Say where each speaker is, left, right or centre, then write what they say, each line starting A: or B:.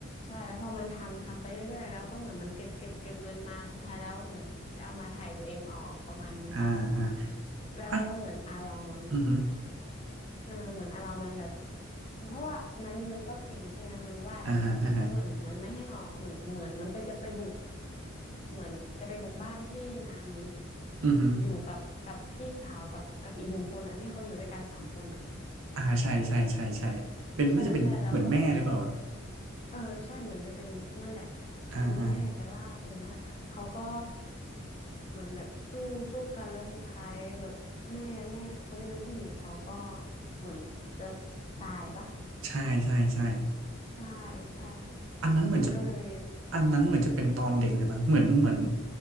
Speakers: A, on the left; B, on the right.
A: ใช่แล้วพอมันทำทำไปเรื่อยๆแล้วก็เหมือนมันเก็บเก็บเก็บเงินมาสุดท้ายแล้วเหมือนจะเอามาถ่ายตัวเองออกประมาณนี้ปะ
B: อ่าอ่า
A: แล้วแล้วเหมือนอาลองมัน
B: อ่ะอือฮึ
A: เออเหมือนอาลองมันแบบเพราะว่านานี่มันก็เก่งใช่ไหมมันวาดเนี่ยมันก็เหมือนมันไม่ให้ออกเหมือนเหมือนมันไปจะไปบุก
B: อ่าฮะอ่าฮะ
A: เหมือนจะไปบุกบ้านที่นามิ
B: อือฮึ
A: อยู่กับกับพี่สาวกับกับอีกหนึ่งคนอ่ะที่เขาอยู่ด้วยกันสามคนอ่ะ
B: อ่าใช่ใช่ใช่ใช่เป็นน่าจะเป็นเหมือนแม่หรือเปล่า
A: ใช่ใช่แล้วก็หมด เออใช่เหมือนจะเป็นนั่นแหละ
B: อ่าอ่า
A: เป็นแม่แต่ว่าเออนั่นแหละเขาก็เหมือนแบบสู้สู้กันแล้วสุดท้ายแบบแม่แม่คนที่เป็นผู้หญิงเขาก็เหมือนจะตายปะ
B: ใช่ใช่ใช่
A: ใช่ใช่
B: อันนั้นเหมือนจะ
A: มันก็เลย
B: อันนั้นเหมือนจะเป็นตอนเด็กเลยมั้งเหมือนเหมือน